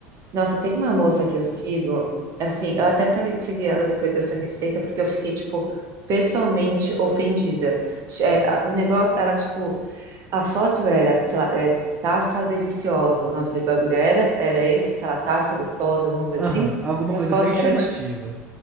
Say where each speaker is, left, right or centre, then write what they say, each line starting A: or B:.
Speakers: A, on the right; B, on the right.
A: Nossa, tem uma moça que eu sigo, assim, eu até parei de seguir ela depois dessa receita, porque eu fiquei, tipo, pessoalmente ofendida. É, a- o negócio, ela, tipo, a foto era, sei lá, é, taça deliciosa, o nome do bagulho era, era esse, sei lá, taça gostosa, alguma coisa
B: Aham,
A: assim,
B: alguma
A: e a
B: coisa
A: foto
B: bem chamativa.
A: era, tipo,